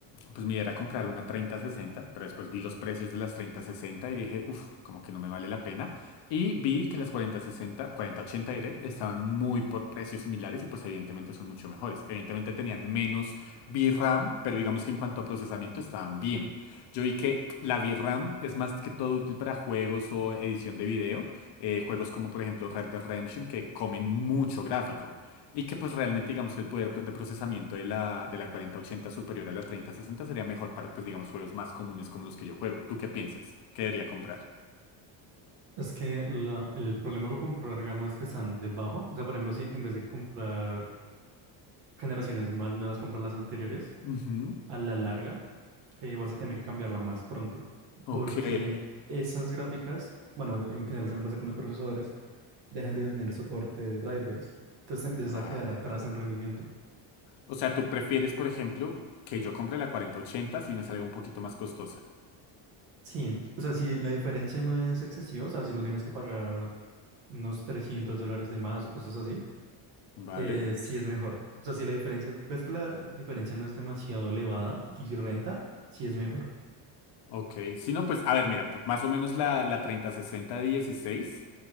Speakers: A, on the left (about 55°); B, on the right (about 65°).
A: pues mi idea era comprar una 3060, pero después vi los precios de las 3060 y dije, uff, como que no me vale la pena. Y vi que las 4060, 4080 diré, estaban muy por precios similares y pues evidentemente son mucho mejores. Evidentemente tenían menos VRAM, pero digamos que en cuanto a procesamiento estaban bien. Yo vi que la VRAM es más que todo útil para juegos o edición de video, eh, juegos como por ejemplo Red Dead Redemption que comen mucho gráfico. Y que pues realmente digamos que el poder de procesamiento de la, de la cuarenta ochenta superior a la treinta sesenta sería mejor para pues digamos juegos más comunes como los que yo juego. ¿Tú qué piensas? ¿Qué debería comprar?
B: Es que la- el problema con comprar gamas que están debajo, o sea, por ejemplo, si en vez de comprar generaciones más nuevas, comprar las anteriores,
A: Ujú.
B: a la larga eh, vas a tener que cambiarla más pronto,
A: Ok,
B: porque esas gráficas, bueno, en general también pasa con los procesadores, dejan de tener soporte de drivers, entonces te empiezas
A: vale.
B: a quedar atrás en rendimiento.
A: O sea, tú prefieres, por ejemplo, que yo compre la cuarenta ochenta si me salga un poquito más costosa.
B: Sí, o sea, si la diferencia no es excesiva, o sea, si no tienes que pagar unos 300 dólares de más o cosas así,
A: Vale.
B: eh, sí es mejor. O sea, si la diferencia, ves que la diferencia no es demasiado elevada y si renta, sí es mejor.
A: Ok. Si no, pues, a ver, mira, p- más o menos la, la 3060 de 16